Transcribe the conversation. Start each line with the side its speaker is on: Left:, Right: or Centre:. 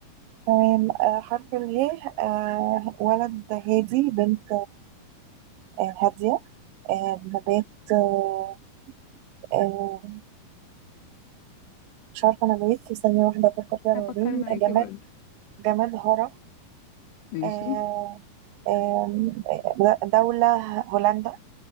Right: تمام آه حرف اله آه ولد هادي بنت آه، هادية آه، نبات آه، آه، مش عارفة نبات في ثانية واحدة أفكر فيها
Left: هفكر
Right: بعدين
Left: معاكي
Right: جماد
Left: برضه
Right: جماد هرة
Left: ماشي
Right: آه، آم، آه، دولة هولندا